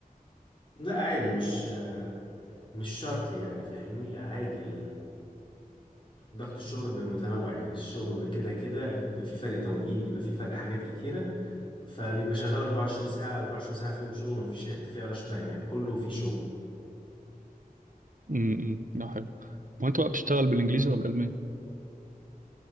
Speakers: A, on the left (about 35°); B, on the right (about 60°).
A: لا عادي مش مش شرط يعني فاهمني عادي ضغط الشغل بيبقى متنوع يعني الشغل كده كده بيبقى فيه فرق توقيت بيبقى فيه فرق حاجات كتيرة فبيبقى شغال 24 ساعة 24 ساعة فيهم شغل ومفيش حتة فيها راش تايم يعني كله فيه شغل
B: امم امم ده حلو هو انت بقى بتشتغل بالانجليزي ولا بالالماني